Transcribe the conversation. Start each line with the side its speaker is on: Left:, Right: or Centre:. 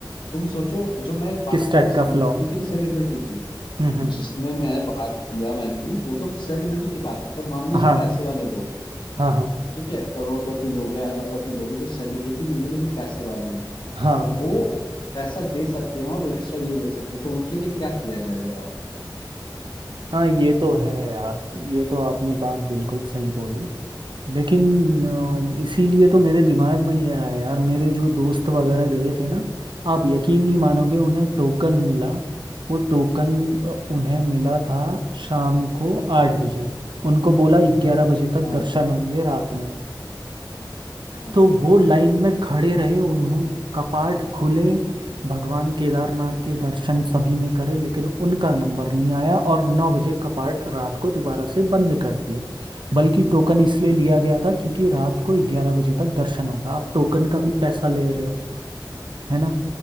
Left: तुम सोचो जो मैं बात
Right: किस
Left: कर
Right: टाइप
Left: रहा हूँ सेलिब्रिटी
Right: का फ्लो
Left: की तो सेलिब्रिटी की
Right: हम्म हम्म
Left: जिसने मैं बात किया मैंने वो तो सेलिब्रिटी की बात है पर मान लो
Right: हाँ
Left: जो पैसे वाले लोग हैं
Right: हाँ हाँ
Left: ठीक है करोड़पति लोग हैं अरबपति लोग हैं जो सेलिब्रिटी नहीं है लेकिन पैसे वाले हैं
Right: हाँ
Left: और वो पैसा दे सकते हैं और वो एक्स्ट्रा ये ले सकते हैं तो उनके लिए क्या किया जाए बताओ
Right: हाँ ये तो है यार ये तो आपने बात बिल्कुल सही बोली लेकिन अ, इसीलिए तो मेरे दिमाग में ये आया यार मेरे जो दोस्त वगैरह गए थे ना आप यकीन नहीं मानोगे उन्हें टोकन मिला वो टोकन उन्हें मिला था शाम को आठ बजे उनको बोला ग्यारह बजे तक
Left: हाँ
Right: दर्शन होंगे रात में
Left: हाँ
Right: तो वो लाइन में खड़े रहे उन्हों कपाट खुले भगवान केदारनाथ के दर्शन सभी ने करे लेकिन उनका नंबर नहीं आया और नौ बजे कपाट रात को दोबारा से बंद कर दिया बल्कि टोकन इसलिए लिया गया था क्योंकि रात को ग्यारह बजे तक दर्शन होगा आप टोकन का भी पैसा ले रहे हो है ना